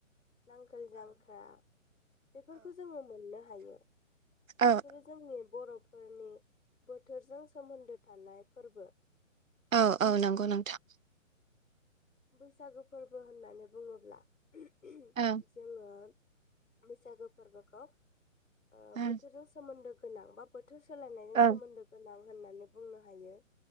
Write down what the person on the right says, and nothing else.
औ
औ औ नंगौ नोंथां
औ
ओं
ओं